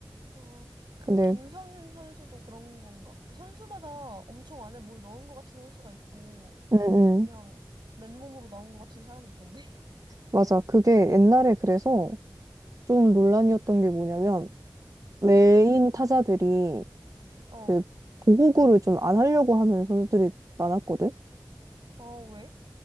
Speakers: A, on the right; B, on the right.
A: 어, 그
B: 근데,
A: 김성윤 선수도 그런 건가? 그러니까 선수마다 엄청 안에 뭘 넣은 것 같은 선수가 있고
B: 음,
A: 그냥
B: 음,
A: 맨몸으로 나온 것 같은 사람이 있던데.
B: 맞아. 그게 옛날에 그래서 좀 논란이었던 게 뭐냐면,
A: <laughs>
B: 메인
A: 응,
B: 타자들이
A: 어,
B: 그 보호구를 좀 안 하려고 하는 선수들이 많았거든?
A: 어, 왜?